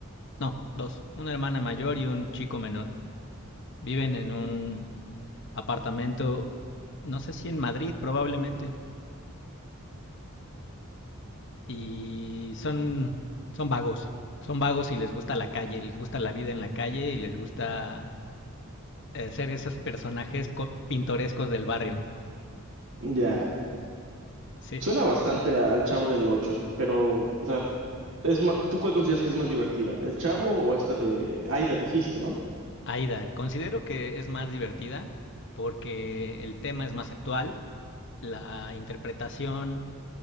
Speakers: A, on the left; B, on the right.
A: no, dos, una hermana mayor y un chico menor. Viven en un apartamento, no sé si en Madrid probablemente, y son, son vagos, son vagos y les gusta la calle, les gusta la vida en la calle y les gusta eh, ser esos personajes co- pintorescos del barrio.
B: Ya.
A: Sí,
B: Suena bastante a- al Chavo del Ocho, pero, o sea, es ma- ¿tú cuál consideras que es más divertida? ¿El Chavo o esta de Aida, dijiste, ¿no?
A: Aida, considero que es más divertida porque el tema es más actual, la interpretación